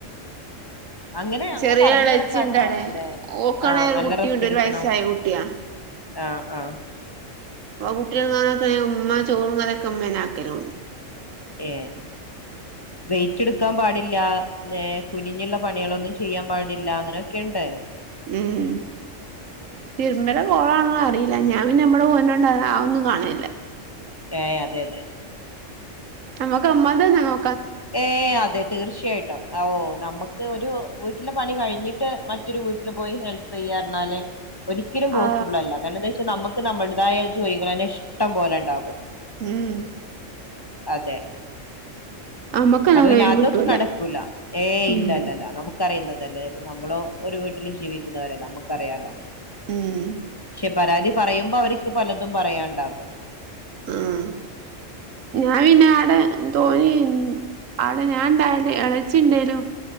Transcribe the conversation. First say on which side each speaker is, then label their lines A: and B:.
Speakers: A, on the left; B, on the right.
A: അങ്ങനെ അങ്ങനെ
B: ചെറിയ
A: പറഞ്ഞ്
B: ഇളച്ചിണ്ടവിടെ
A: എളക്കാട്ടോ അതെ
B: ഓക്കാണെ
A: ആ
B: ഒരു
A: നല്ല
B: കുട്ടിയുണ്ട്
A: റെസ്റ്റ് എടുക്കണം
B: ഒരു വയസ്സായ കുട്ടിയാ
A: ആ ആ
B: <inaudible> ഉമ്മ ചോറും കറ്യൊക്കെ ഇമ്മേനെ ആക്കലോണ്
A: ഏ വെയിറ്റെടുക്കാൻ പാടില്ല ന്നേ കുനിഞ്ഞുള്ള പണികളൊന്നും ചെയ്യാൻ പാടില്ല അങ്ങനെയൊക്കെണ്ട്
B: അം തിര്മ്പടെ മോളാണെന്ന് അറീല. ഞാ പിന്നെ ഇബടെ മോന്ണ്ടാന്ന് അതൊന്നും കാണനില്ല
A: ഏഹ് അതെ അതെ
B: ഞമക്ക് അമ്മാൻ്റെ തന്നെ വേണം
A: ഏഹ് അതേ തീർച്ചയായിട്ടൊ ആ ഓഹ് നമ്മക്ക് ഒരു വീട്ട്ലെ പണി കഴ്ഞ്ഞിട്ട്. മറ്റൊരു വീട്ട്ല് പോയി ഹെൽപീയ്യാർഞാല് ഒരിക്കലും പോസിബ്ളല്ല.
B: ആ
A: കാര്ണം എന്താച്ച നമ്മക്ക് നമ്മുട്തായ ജോലികളെന്നെ ഇഷ്ടം പോലെ ഇണ്ടാകും
B: ഉം
A: അതെ
B: നമ്മക്കങ്ങനെ
A: അപൊ പിന്നെ
B: ഒഴിവ്
A: അതൊന്നും
B: കിട്ടൂല
A: നടക്കൂല. ഏയ് ഇല്ലല്ല്ല്ല
B: ഉം
A: അതമുക് അറിയ്ന്നതല്ലെ ഇപ്പൊ നമ്മളും ഒര് വീട്ട്ല് ജീവിക്കുന്നവരല്ലെ നമ്മുക്കറിയാലൊ
B: ഉം
A: ഷെ പരാധി പറയുമ്പൊ അവര്ക്ക് പലതും പറയാൻണ്ടാകും
B: ഉം ഞാ പിന്നെ ആടെ തോന്നിൻ അവിടെ ഞാൻ ഇണ്ടായലും എളെച്ചിണ്ടേനു.